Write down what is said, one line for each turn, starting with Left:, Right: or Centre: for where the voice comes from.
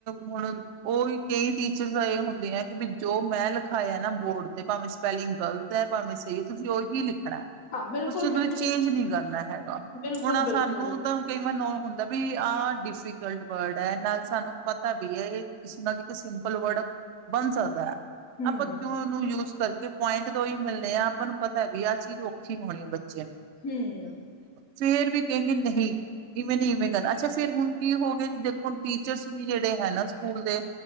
Right: ਹੁਣ ਉਹੀ। ਕਈ ਟੀਚਰ ਇਹ ਹੁੰਦੇ ਆ ਕਿ ਵੀ ਜੋ ਮੈਂ ਲਿਖਾਇਆ ਨਾ ਬੋਰਡ ਤੇ ਭਾਵੇਂ ਸਪੈਲਿੰਗ ਗਲਤ ਹੈ ਭਾਵੇਂ ਚ ਤੁਸੀਂ ਉਹੀ ਲਖ ਣਾ
Left: ਹਾਂ, ਬਿਲਕੁਲ-ਬਿਲਕੁਲ,
Right: ਉਸ ਚ ਤੁਸੀਂ ਚੇਂਜ ਨਹੀਂੀ ਕਰਨਾ ਹੈਗਾ
Left: ਬਿਲਕੁਲ-ਬਿਲਕੁਲ,
Right: ਹੁਣ ਸਾਨੂੰ ਤਾਂ ਕਈ ਮੈਨੂੰ ਹੁੰਦਾ ਵੀ ਆਹ ਡਿਫੀਕਲਟ ਵਰਡ ਹੈ ਨਾਲ ਸਾਨੂੰ ਪਤਾ ਵੀ ਹੈ। ਇਹ ਕਿਸ ਨਾਲ ਸਿੰਪਲ ਵਰਡ ਬਣ ਸਕਦਾ ਹੈ।
Left: ਹੂੰ,
Right: ਆਪਾਂ ਕਿਉ ਉਸ ਨੂੰ ਯੂਜ ਕਰਕੇ ਪੁਆਇੰਟ ਤੋਂ ਹੀ ਮਿਲਣੇ ਆ ਆਪਾਂ ਨੂੰ ਪਤਾ ਵੀ ਆਹ ਚੀਜ਼ ਔਖੀ ਹੋਣੀ ਹੈ ਬੱਚੇ
Left: ਹੂੰ,
Right: ਫੇਿਰ ਵੀ ਕਹਿੰਗੇ ਨਹੀਂ ਇਵੇਂ ਨਹੀਂ ਇਵੇਂ ਕਰਨਾ ਅੱਛਾ ਫੇਿਰ ਹੁਣ ਕੀ ਹੋ। ਜ ਦੇਖੋ ਹੁ ਟੀਚਰਸ ਵੀ ਜਿਹੜੇ ਹੈ। ਨਾ ਸਕੂਲ ਦੇ